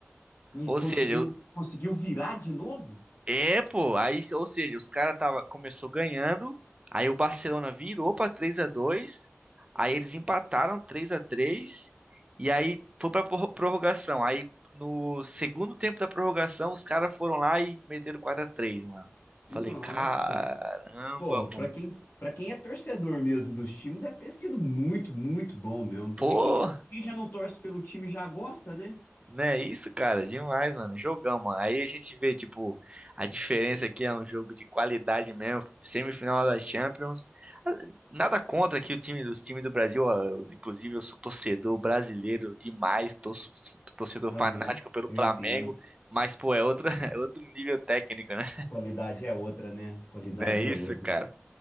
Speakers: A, on the left; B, on the right.
A: E
B: Ou
A: conseguiu,
B: seja,
A: conseguiu virar de novo?
B: É, pô, aí, ou seja, os caras tava começou ganhando, aí o Barcelona virou pra 3 a 2, aí eles empataram 3 a 3 e aí foi pra prorro- prorrogação. Aí no segundo tempo da prorrogação, os caras foram lá e meteram 4 a 3, mano. Falei,
A: Nossa,
B: caramba,
A: Pô, pra
B: mano.
A: quem, para quem é torcedor mesmo dos times, deve ter sido muito, muito bom mesmo. Porque
B: Pô,
A: quem, quem já não torce pelo time já gosta, né?
B: Né, isso, cara, demais, mano. Jogão, mano. Aí a gente vê, tipo, a diferença aqui é um jogo de qualidade mesmo, semifinal da Champions. Ah, Nada contra aqui o time dos times do Brasil, ah, eu- inclusive eu sou torcedor brasileiro demais, torço- sou torcedor
A: Aham,
B: fanático pelo
A: eu
B: Flamengo,
A: entendo.
B: mas pô, é outra, <laughs>
A: É.
B: é outro nível técnico, né?
A: A qualidade é outra, né? A qualidade
B: Não é isso,
A: é outra.
B: cara?